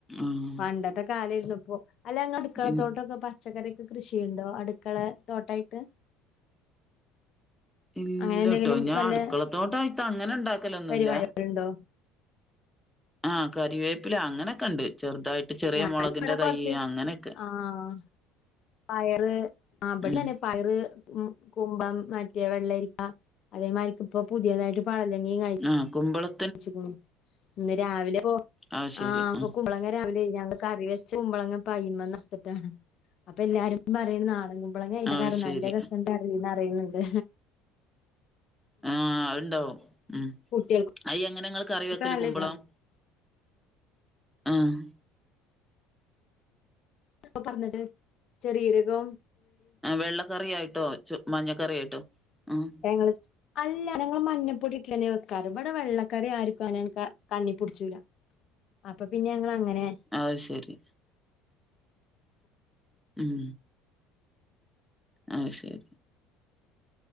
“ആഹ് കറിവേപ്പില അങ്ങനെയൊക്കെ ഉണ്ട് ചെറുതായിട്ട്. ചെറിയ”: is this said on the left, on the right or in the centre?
Centre